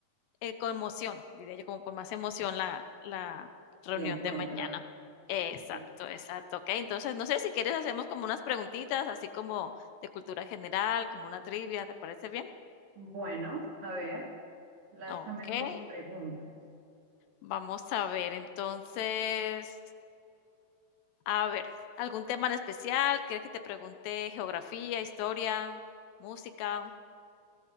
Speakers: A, on the left; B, on the right.
A: eh, con emoción, diría yo, como con más emoción la la reunión
B: El encuentro.
A: de mañana. Exacto,
B: Sí.
A: exacto. Okey, entonces, no sé si quieres hacemos como unas preguntitas, así como de cultura general, como una trivia, ¿te parece bien?
B: Bueno, a ver, lánzame
A: Okey,
B: tus preguntas.
A: vamos a ver, entonces A ver, ¿algún tema en especial? ¿Quieres que te pregunte geografía, historia, música?